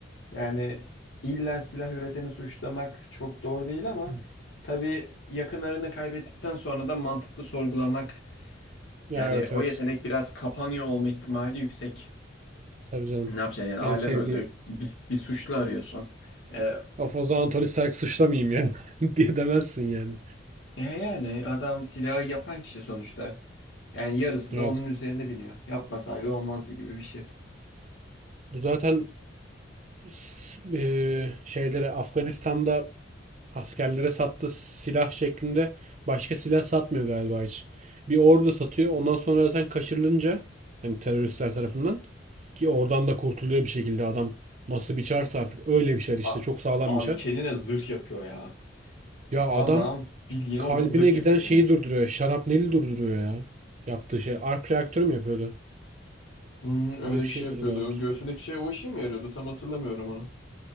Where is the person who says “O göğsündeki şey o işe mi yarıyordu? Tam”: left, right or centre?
Left